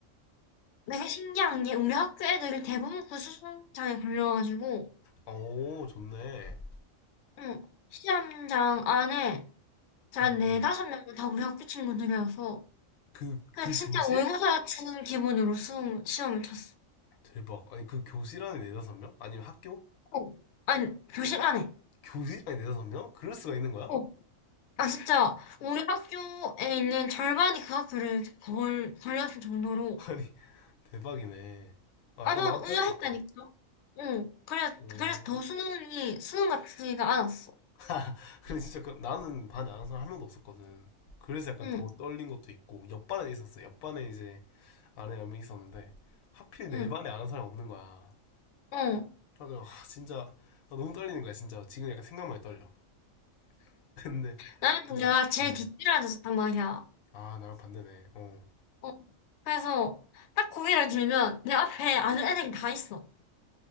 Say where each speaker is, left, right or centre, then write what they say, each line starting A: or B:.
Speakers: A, on the left; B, on the left.
A: 내가 신기한 게 우리 학교 애들이 대부분 그 수능장애 걸려가지고
B: 오, 좋네.
A: 응. 시험장 안에 한
B: 응,
A: 네다섯
B: 응.
A: 명은 다 우리 학교 친구들이어서
B: 그,
A: 그냥
B: 그
A: 진짜
B: 교실?
A: 모의고사 치는 기분으로 수험, 시험을 쳤어.
B: 대박. 아니, 그 교실 안에 네다섯 명? 아니면 학교?
A: 어, 아니, 교실 안에.
B: 교실 안에 네다섯 명? 그럴 수가 있는 거야?
A: 어. 아, 진짜 우리 학교에 있는 절반이 그 학교를 걸, 걸렸을 정도로
B: <laughs> 아니, 대박이네. 아,
A: 아,
B: 약간
A: 난
B: 마음 편했겠다.
A: 의아했다니까. 응, 그래,
B: 오.
A: 그래서 더 수능이 수능 같지가 않았어.
B: <laughs> 근데 진짜 그, 나는 반에 아는 사람 한 명도 없었거든. 그래서 약간
A: 응,
B: 더 떨린 것도 있고, 옆반에 있었어. 옆반에 이제 아는 몇 명 있었는데 하필 내
A: 응,
B: 반에 아는 사람이 없는 거야.
A: 응.
B: 그래서 아, 진짜 아, 너무 떨리는 거야 진짜. 지금 약간 생각만 해도 떨려. <laughs> 근데
A: 나는
B: 나,
A: 내가 제일
B: 어.
A: 뒷줄에 앉았단 말이야.
B: 아 나랑 반대네. 어.
A: 어, 그래서 딱 고개를 들면 내 앞에 아는 애들이 다 있어.